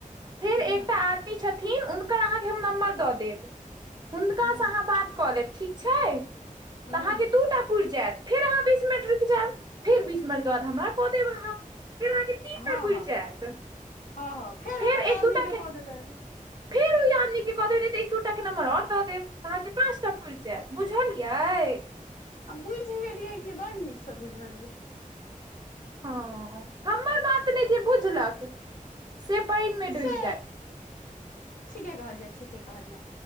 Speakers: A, on the right; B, on the left.
A: फेर
B: हूँ
A: एकटा आदमी छथिन हुनकर अहाँके हम नम्बर दऽ देब। हुनकासँ
B: हूँ
A: अहाँ बात कऽ लेब ठीक छै।
B: हूँ
A: तऽ अहाँके दूटा पुरि जायत फेर अहाँ बीस मिनट रुकि जायब। फेर बीस मिनट के बाद हमरा कऽ देब अहाँ। फेर अहाँके तीन
B: हँ
A: टा पुरि
B: हँ
A: जायत
B: हँ हँ।
A: फेर
B: हम ओहि
A: एक
B: आदमी
A: दूटा के
B: कऽ देबै
A: फेर ओ आदमी के क देैब ने तऽ एक दूटा के नंबर आर देब अहाँ के पाँंच टा पुरि जायत बुझलियै?
B: आ बुइझि गेलिए की बड नीक से बुझलियै।
A: हँ हमर बात ने जे बुझलक से पानि मे डूइब
B: से ठीके कहलियै ठीके कहलियै